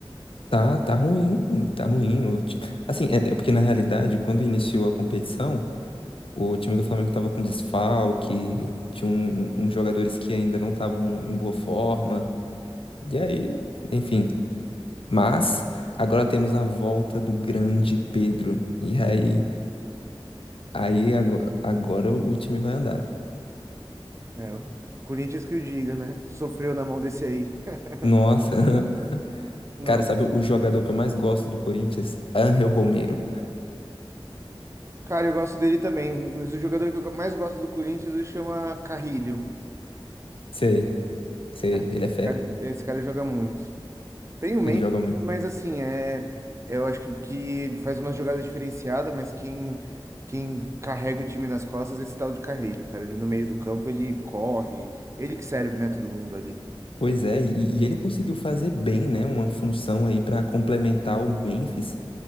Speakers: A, on the left (about 75°); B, on the right (about 30°).
A: Tá, tá ruim, tá ruim. O ti- Assim, é, é porque na realidade, quando iniciou a competição, O time do Flamengo estava com desfalque, tinha um- um- uns jogadores que ainda não estavam em boa forma. E aí, enfim. Mas agora temos a volta do grande Pedro. E aí, aí ago- agora, o time vai andar.
B: É, o Corinthians que o diga, né? Sofreu na mão desse aí. <laughs>
A: Nossa, <laughs>
B: Não,
A: cara, sabe o jogador que eu mais gosto do Corinthians? Angel Romero.
B: Cara, eu gosto dele também. Mas O jogador que eu mais gosto do Corinthians ele chama Carrilho.
A: Sei, sei,
B: Cara,
A: ele é
B: Esse
A: fera.
B: cara, esse cara joga muito. Tem o Memphis,
A: Ele joga muito.
B: mas assim, é, eu acho que, que ele faz uma jogada diferenciada, mas quem, quem carrega o time nas costas é esse tal de Carrilho, cara. Ele no meio do campo, ele corre, ele que serve, né, todo mundo ali.
A: Pois é, e, e ele conseguiu fazer bem, né? Uma função aí para complementar o Memphis.